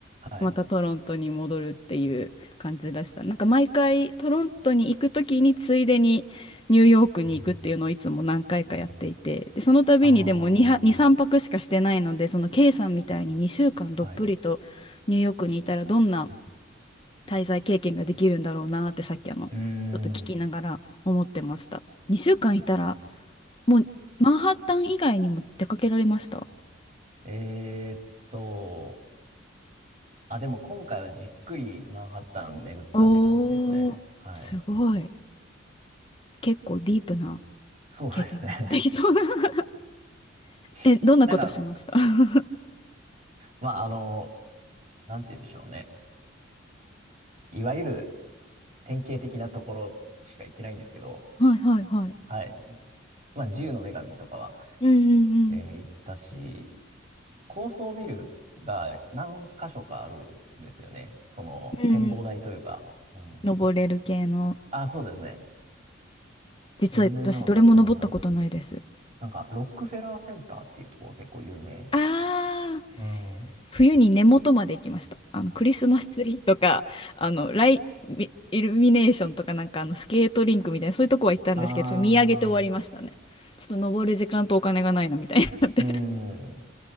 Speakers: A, on the right; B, on the left.
A: ー、はい。
B: またトロントに戻るっていう感じでした。なんか毎回トロントに行く時についでにニューヨークに行くっていうのをいつも何回かやっていて、でその度にでも2は、
A: ああ、
B: 2、3泊しかしてないので、その K さんみたいに2週間どっぷりとニューヨークにいたらどんな
A: はい。
B: 滞在経験ができるんだろうなってさっきあの、ちょっと聞きながら思ってました。
A: うーん。
B: 2週間いたらもうマンハッタン以外にも出かけられました
A: えーっと、あ、でも今回はじっくりマンハッタン巡ったって感じですね。
B: おー、
A: はい。
B: すごい。結構ディープな
A: そうですね。
B: 経験できそうな <laughs> え、
A: <laughs>
B: どんなことしました
A: なんか、
B: <laughs> は
A: まあ、あの、なんて言うんでしょうね。いわゆる典型的なところしか行ってないんですけど、
B: いはいはい。
A: はい。まあ、自由の女神とかは、
B: うんうん
A: えー行ったし、高層ビルが何箇所かあるんですよね。その展望台というか。
B: うん。うん。
A: うん。
B: 登れる系の。
A: あ、そうですね。
B: 実は私どれも登ったことないです。
A: 有名なのだとなんだろう。なんか、ロックフェラーセンターっていうところが結構有名。
B: ああ、
A: うん。
B: 冬に根元まで行きました。あの、クリスマスツリーとか、あの、ライ、イイルミネーションとかなんかあの、スケートリンクみたいな、そういうとこは行ったんですけど、
A: ああ、
B: ちょっと見上げて終わりましたね。ちょっと登る時間とお金がないなみたいになって
A: うん。